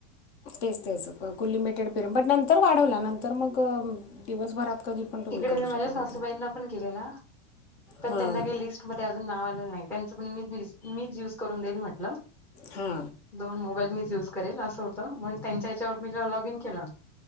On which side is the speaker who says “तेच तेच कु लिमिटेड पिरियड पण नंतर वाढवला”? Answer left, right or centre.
Left